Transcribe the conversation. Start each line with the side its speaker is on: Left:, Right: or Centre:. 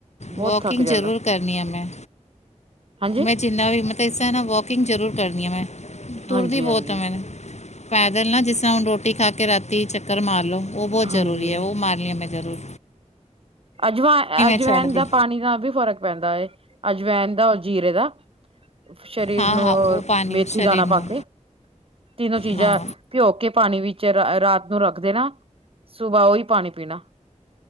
Right: ਬਹੁਤ
Left: ਵੋਕਿੰਗ
Right: ਥੱਕ ਜਾਂਦਾ
Left: ਜ਼ਰੂਰ ਕਰਨੀ ਆ ਮੈਂ।
Right: ਹਾਂਜੀ,
Left: ਮੈਂ ਜਿੰਨਾ ਵੀ ਮਤਲਬ ਇਸ ਰ੍ਹਾਂ ਨਾ ਵੋਕਿੰਗ ਜ਼ਰੂਰ ਕਰਨੀ ਆ ਮੈਂ ਤੁਰਦੀ
Right: ਹਾਂਜੀ,
Left: ਬਹੁਤ
Right: ਹਾਂਜੀ,
Left: ਹਾਂ ਮੈ ਪੈਦਲ ਨਾ ਜਿਸ ਤਰ੍ਹਾਂ ਹੁਣ ਰੋਟੀ ਖਾ ਕੇ ਰਾਤੀ ਚੱਕਰ ਮਾਰ ਲੋ ਉਹ ਬਹੁਤ
Right: ਹਾਂਜੀ।
Left: ਜ਼ਰੂਰੀ ਐ। ਉਹ ਮਾਰਨੀ ਆ ਮੈਂ ਜ਼ਰੂਰੀ।
Right: ਅਜਵ ਅਜਵੈਨ
Left: ਛੱਡਦੀ
Right: ਦਾ ਪਾਣੀ ਦਾ ਵੀ ਫ਼ਰਕ ਪੈਂਦਾ ਹੈ ਅਜਵੈਨ ਦਾ ਜੀਰੇ ਦਾ। ਸਰੀਰ
Left: ਹਾਂ
Right: ਨੂੰ
Left: ਹਾਂ ਉਹ ਪਾਣੀ
Right: ਮੇਥੀ
Left: ਸਰੀਰ
Right: ਦਾਣਾ ਪਾ
Left: ਨੂੰ
Right: ਕੇ ਤਿੰਨੋ ਚੀਜ਼ਾਂ
Left: ਹਾਂ
Right: ਪਿਓ ਕੇ ਪਾਣੀ ਵਿੱਚ ਰਾਤ ਨੂੰ ਰੱਖ ਦੇਨਾ ਸੁਬਾਹ ਉਹੀ ਪਾਣੀ ਪੀਣਾ।